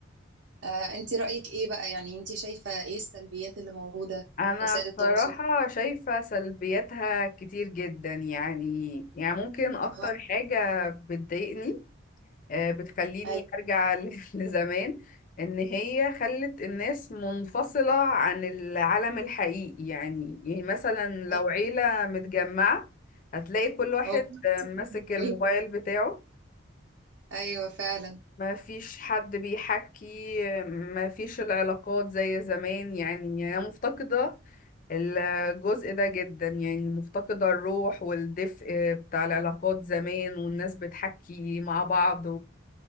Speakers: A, on the right (about 65°); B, on the left (about 40°).
A: آه، انت رأيك ايه بقى يعني انت شايفة ايه السلبيات اللي موجودة
B: انا
A: في وسائل
B: بصراحة
A: التواصل
B: شايفة سلبياتها كتير جدا يعني يعني ممكن اكتر
A: هو-
B: حاجة بتضايقني آه، بتخليني
A: ايوه
B: ارجع <laughs> ل- لزمان ان هي خلت الناس منفصلة عن العالم الحقيقي يعني يعني مثلا لو
A: ايوه
B: عيلة متجمعة هتلاقي كل واحد
A: هو كل واحد
B: آه،
A: شايف
B: ماسك
A: إنه
B: الموبايل
A: إيه. <laughs>
B: بتاعه
A: ايوه فعلا
B: ما فيش حد بيحكي آه، ما فيش العلاقات زي زمان يعني هي مفتقدة الجزء ده جدا يعني مفتقدة الروح والدفء بتاع العلاقات زمان والناس بتحكي مع بعض